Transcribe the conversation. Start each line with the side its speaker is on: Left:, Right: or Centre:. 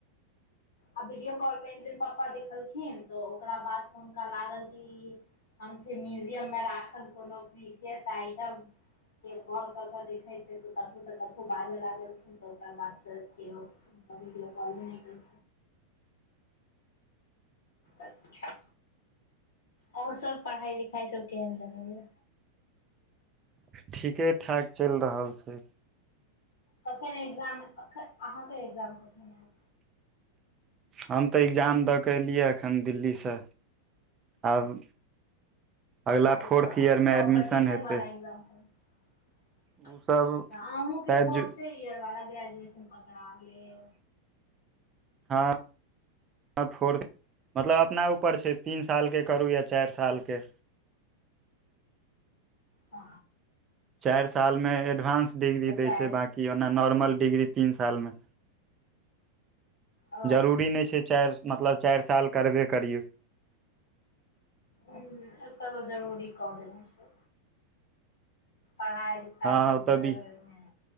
Left: आ वीडियो कॉल प एक दिन प्पा देखलखिन तऽ ओकरा बाद से हुनका लागल कि म्यूजियम मे राखल कोनो आइटम के कॉल कऽ के देखैत छै त कतसँ कतहु बाजल लखिन तऽ ओकरा बादसँ केओ कभी कॉल नहि कर अच्छा आओर सभ पढ़ाइ लिखाइ सभ केहन चलैया
Right: ठीके ठाक चलि रहल छै
Left: कखन ए्जाम अहाँके ए्जाम कखन आयब
Right: हम तऽ एग्जाम दऽ कऽ एलियै एखन दिल्लीसँ आब अगिला
Left: अच्छा
Right: फोर्थ ईयरमे
Left: कॉम्पिटिशन
Right: एडमिशन हेतै
Left: मला एजाम पर
Right: ओसभ
Left: अहूँके
Right: शायद
Left: फोर्थे
Right: जु
Left: इयर वा ग्रेज ग्रेजुएशन पकरा गेल
Right: हँ फोर् मतलब अपना ऊपर छै तीन सालके करू या चारि सालके
Left: त
Right: चारि साल मे एडवानंस डिग्री दय
Left: चाहे
Right: छै बाकी ओना नॉर्मल िग्री तीन साल मे
Left: ओ
Right: जरूरी नहि छै चारि मतलब चारि साल करबे करियौ
Left: ह ऐस तऽ जरूरी कर देना छै पढ़ाइ लिखाइ
Right: हँ
Left: सब
Right: ओतऽ
Left: देरमे
Right: बि